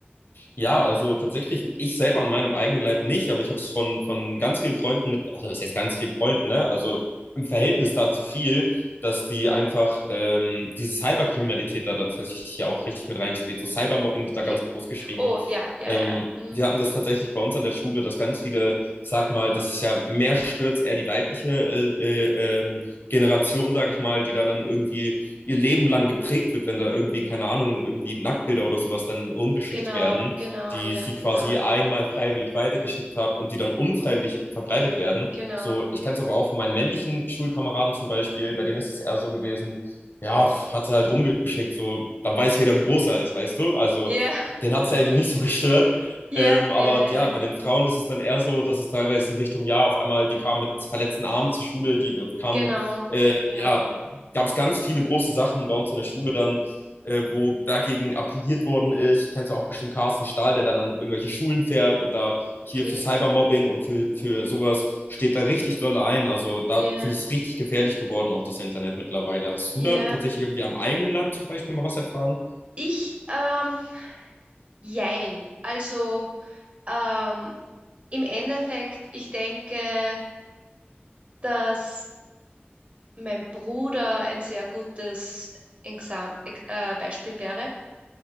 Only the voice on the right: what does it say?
Wirklich?
Oh, ja, ja,
ja. Mm,
genau,
genau,
ja,
total.
Mhm,
genau.
Ja,
<laughs> ja,
ja, ja.
Genau,
genau.
Mhm,
okay.
Mhm,
ja,
ja.
Ich, ähm, jein. Also, ähm, im Endeffekt, ich denke, dass mein Bruder ein sehr gutes Exam äh, Beispiel wäre.